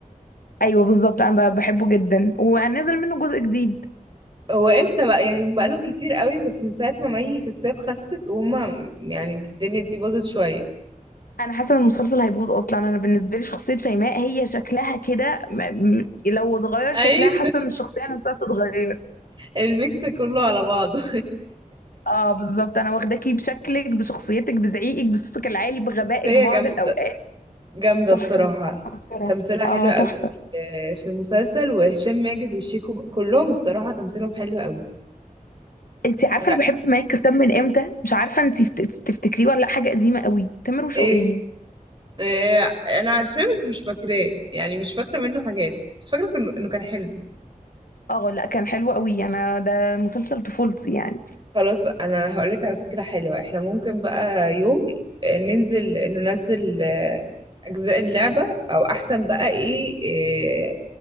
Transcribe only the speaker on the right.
هو امتى بقى يعني هم بقالهم كتير قوي بس من ساعه ما مي كساب خست وهم يعني الدنيا دي باظت شويه
ايوه
<laughs> الميكس كله على بعضه
بس هي
جامدة
جامدة
بصراحة
تمثيلها حلو
قوي
في ال- في المسلسل وهشام ماجد وشيكو ب- كلهم الصراحة تمثيلهم حلو قوي
لا
ايه, إيه انا عارفاه بس مش فاكراه يعني مش فاكرة منه حاجات بس فاكرة كان- انه كان حلو
خلاص انا هقولك على فكرة حلوة احنا ممكن بقى يوم آه، ننزل ننزل آه، اجزاء اللعبة او احسن بقى ايه, إيه